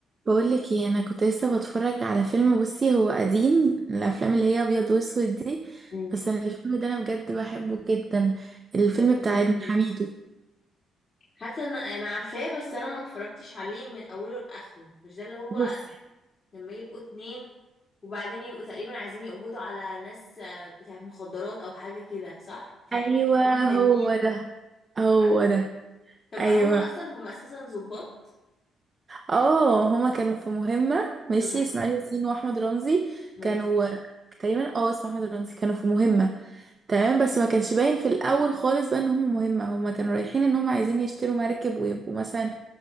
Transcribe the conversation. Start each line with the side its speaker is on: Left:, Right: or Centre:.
Right: بقولك ايه انا كنت لسه بتفرج على فيلم بصي هو قديم من الافلام اللي هي ابيض واسود دي
Left: مم.
Right: بس انا الفيلم ده انا بجد بحبه جدا الفيلم
Left: طب
Right: بتاع
Left: قولي
Right: ابن
Left: لي.
Right: حميدو
Left: حاسه ان انا عارفاه بس انا ما اتفرجتش عليه من اوله لاخره مش ده اللي هو
Right: بصي
Left: لما يبقوا اتنين وبعدين يبقوا تقريبا عايزين يقبضوا على ناس آه، بتاعت مخدرات او حاجه كده صح فيحبوا
Right: ايوه
Left: اتنين تانيين
Right: هو ده هو
Left: صح
Right: ده
Left: طب
Right: ايوه
Left: هم اصلا هم اساسا ظباط
Right: اه هما كانوا في مهمه ماشي
Left: امم
Right: اسماعيل ياسين واحمد رمزي
Left: ماشي
Right: كانوا تقريبا اه اسمه احمد رمزي كانوا في مهمه تمام بس ما كانش باين في الاول خالص بقى ان هم مهمه هم كانوا رايحين ان هم عايزين يشتروا مركب ويبقوا مثلا